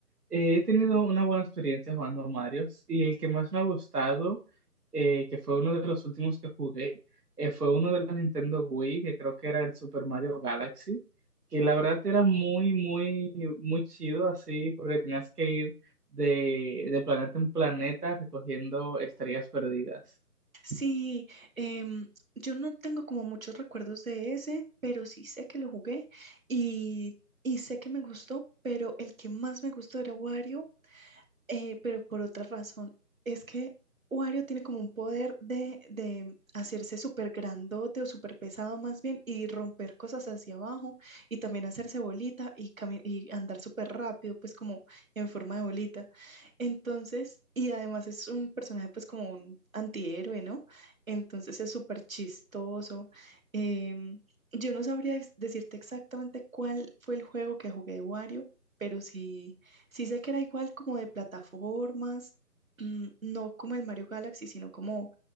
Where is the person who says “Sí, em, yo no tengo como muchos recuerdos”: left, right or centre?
Right